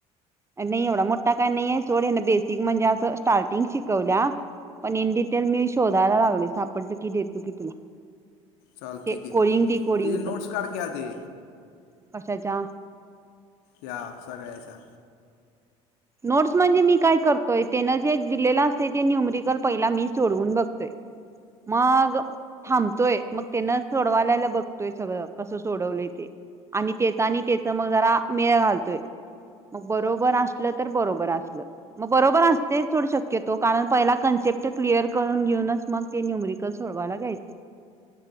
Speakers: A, on the right (about 15°); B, on the left (about 70°).
A: नाही एवढा मोठा काय नाहीय सोड ना बेसिक म्हणजे असं स्टार्टिंग शिकवल्या. पण इन डिटेल मी शोधायला लागल सापडल की देतो की तुला
B: चल
A: ते
B: ठीक
A: कोडिंग
B: आहे
A: डी कोडिंगच
B: ते जी नोट्स काढ की आधी
A: कशाच्या?
B: या सगळ्याच्या
A: नोट्स म्हणजे मी काय करतोय, त्यान जे दिलेलं असतय ते न्यूमरिकल पहिला मी सोडवून बघतोय. मग थांबतोय, मग त्यान सोडवालेल बघतोय सगळ. कस सोडवलंय ते. आणि त्याचा आणि त्याच मग जरा मेळ घालतोय. मग बरोबर अस असल तर बरोबर असलं. मग बरोबर असते सोड शक्यतो, कारण पहिला कन्सेप्ट क्लिअर करून घेऊन घेऊनच मग ते न्युमरिकल सोडवायला घ्यायचं.